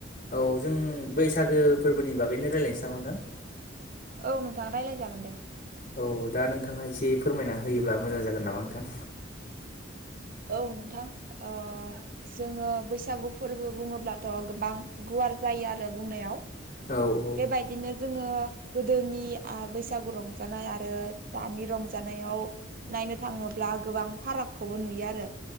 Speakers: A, on the left; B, on the right.
A: औ जों बैसागो फोरबोनि बागैनो रायज्लायनोसै नामा नोंथां।
B: औ नोंथां रायज्लाय जागोन दे।
A: औ दा नोंथाङा एसे फोरमायना होयोब्ला मोजां जागोन नामा नोंथां।
B: औ नोंथां ओ जोंङो बैसागु फोरबो बुङोब्लाथ' गोबां गुवार जायो आरो बुंनायाव
A: औ
B: बेबायदिनो जोंङो गोदोनिआ बैसागु रंजानाय आरो दानि रंजानायाव नायनो थाङोब्ला गोबां फारागखौबो नुयो आरो